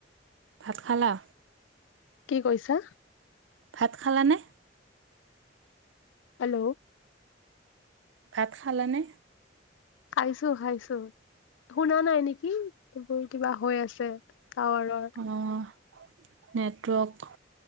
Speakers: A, on the right; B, on the left.
A: ভাত খালা?
B: কি কৈছা?
A: ভাত খালানে?
B: হেল্ল'।
A: ভাত খালানে?
B: খাইছোঁ, খাইছোঁ শুনা নাই নেকি? এই কিবা হৈ আছে। টাৱাৰৰ।
A: অ', নেটৱৰ্ক।